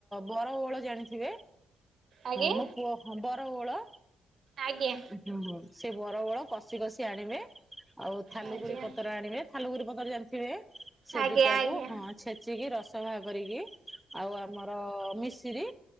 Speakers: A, in the centre; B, on the right.
A: ବର ଓହଳ ଜାଣିଥିବେ
B: ଆଜ୍ଞା
A: ମୋ ପୁଅ ବର ଓହଳ
B: ଆଜ୍ଞା।
A: ହୁଁ ହୁଁ ସେ ବର ଓହଳ କଷି କଷି ଆଣିବେ ଆଉ ଥାଲୁଗୁରି
B: ଆଜ୍ଞା
A: ପତ୍ର ଆଣିବେ ଫାଲୁଗିରି ପତର ଜାଣିଥିବେ ସେ
B: ଆଜ୍ଞା
A: ଦିଟାକୁ
B: ଆଜ୍ଞା
A: ହଁ ଛେଚିକି ରସ ବାହାର କରିକି ଆଉ ଆମର ମିସିରି